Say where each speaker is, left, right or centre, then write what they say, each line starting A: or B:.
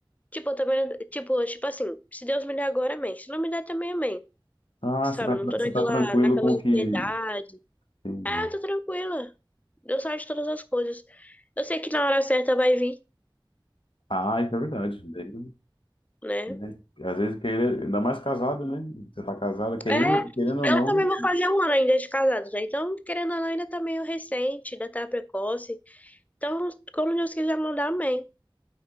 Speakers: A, on the left; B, on the left.
A: Tipo, eu também, não- tipo, tipo assim, se Deus me der agora, amém. Se não me der também, amém.
B: Ah,
A: Sabe,
B: você tá,
A: eu não tô
B: você
A: naquela,
B: tá tranquilo
A: naquela
B: com
A: ansiedade.
B: o que. Entendi.
A: É, eu tô tranquila. Deus sabe de todas as coisas. Eu sei que na hora certa vai vir,
B: Ah, isso é verdade. Daí,
A: né?
B: né? Às vezes, querer, ainda mais casado, né? Você tá casado, querendo,
A: É,
B: querendo ou não,
A: eu também vou fazer um ano ainda de casados, né? Então, querendo ou não, ainda tá meio recente, ainda tá precoce. Então, quando Deus quiser mandar, amém.